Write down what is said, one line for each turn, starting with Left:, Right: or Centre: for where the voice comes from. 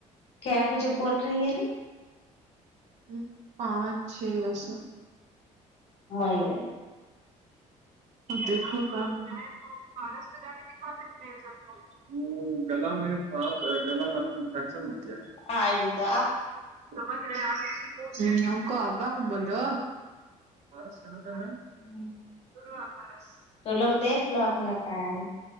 Left: کیا وجہ بول رہی ہے
Right: ہ پانچ چھ وس
Left: نہیی آئی
Right: دیکھو تو پارس میں جا کے دکھا سکتے ہیں سر کو وہ گلا میں خاس گلا میںھی انفیکشن ہو گ ہے
Left: آ گے تو
Right: ہاں سم ہم کو اببا کو بول رہے ہو کہاں کا میم
Left: ہوں
Right: درو پارس
Left: تو لوگ دیکھ لو اپنا ٹائم